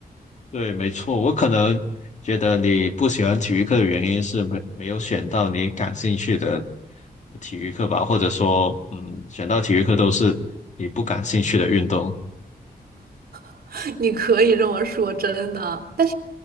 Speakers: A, on the left; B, on the right.
A: 对，没错，我可能觉得你不喜欢体育课的原因是没没有选到你感兴趣的的体育课吧，或者说，嗯，选到体育课都是你不感兴趣的运动。
B: <laughs> 你可以这么说，真的。但